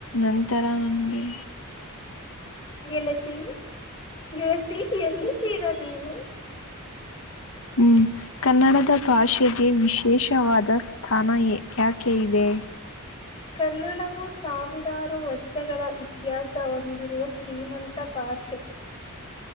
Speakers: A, on the left (about 65°); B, on the left (about 25°).
A: ನಂತರ ನಂಗೆ
B: ಗೆಳತಿ ಗೆಳತಿ ಎಲ್ಲಿದ್ದೀರಾ ನೀವು
A: ಹ್ಮ್ ಕನ್ನಡದ ಭಾಷೆಗೆ ವಿಶೇಷವಾದ ಸ್ಥಾನ ಯಾಕೆ ದೆ
B: ಕನ್ನಡವು ಸಾವಿರಾರು ವರ್ಷಗಳ ಇತಿಹಾಸ ಹೊಂದಿರುವ ಶ್ರೀಮಂತ ಭಾಷೆ